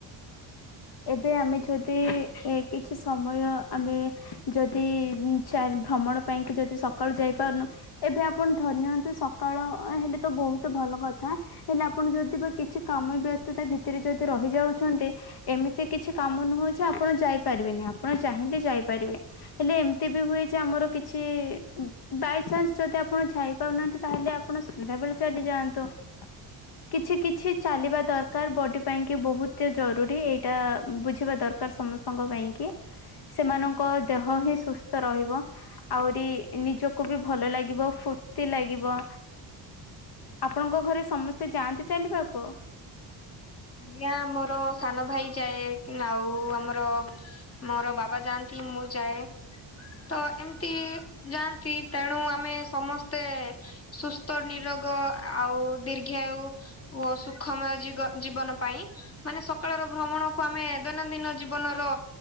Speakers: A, on the left; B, on the left.
A: ଏବେ ଆମେ ଛୁ ତି ଏ କିଛି ସମୟ ଆମେ ଯଦି ଚା ଭ୍ରମଣ ପାଇଁକି ଯଦି ସ ସକାଳୁ ଯାଇପାରୁନୁ ଏବେ ଆପଣ ଧରି ନିଅନ୍ତୁ ସକାଳ ହେଲେ ତ ବୋହୁତ ଭଲ କଥା। ହେଲେ ଆପଣ ଯଦି ବା କିଛି କାମ ବ୍ୟସ୍ତତା ଭିତରେ ଯଦି ରହିଯାଉଛନ୍ତି। ଏମିତି କିଛି କାମ ନୁହଁ ଯେ ଆପଣ ଯାଇପାରିବେନି ଆପଣ ଚାହିଁଲେ ଯାଇପାରିବେ ହେଲେ ଏମ୍ ବି ହୁଏଯେ ଆମର କି ଛି ବାଇଚାନ୍ସ ଯଦି ଆପଣ ଝାଇପାରୁନାହାନ୍ତି ତାହେଲେ ଆପଣ ସନ୍ଧ୍ୟାବେଳେ ଚାଲି ଯାଆନ୍ତୁ। କିଛି କିଛି ଚାଲିବା ଦରକାର ବଡ଼ି ପାଇଁ କି ବୋହୁତ ଜରୁରୀ ଏଇ ଟା ବୁଝିବା ଦରକାର ସମସ୍ତଙ୍କ ପାଇଁ କି। ସେମାନଙ୍କ ଦେହ ହିଁ ସୁସ୍ଥ ରହିବ। ଆହୁରି ନିଜକୁ ବି ଭଲ ଲାଗିବ ଫୁର୍ତି ଲାଗିବ। ଆପଣଙ୍କ ଘରେ ସମସ୍ତେ ଯାଆନ୍ତି ଚାଲିବାକୁ?
B: ଆଜ୍ଞା ମୋର ସାନ ଭାଇ ଯାଏ ଆଉ ଆମର ମୋର ବାବା ଯାଆନ୍ତି ମୁଁ ଯାଏ। ତ ଏମିତି ଯାଆନ୍ତି ତେଣୁ ଆମେ ସମସ୍ତେ ସୁସ୍ଥ ନିରୋଗ ଆଉ ଦୀର୍ଘାୟୁ ଓ ସୁଖମୟ ଜିଗ ଜୀବନ ପାଇଁ ମାନେ ସକାଳର ଭ୍ରମଣକୁ ଆମେ ଦୈନନ୍ଦିନ ଜୀବନର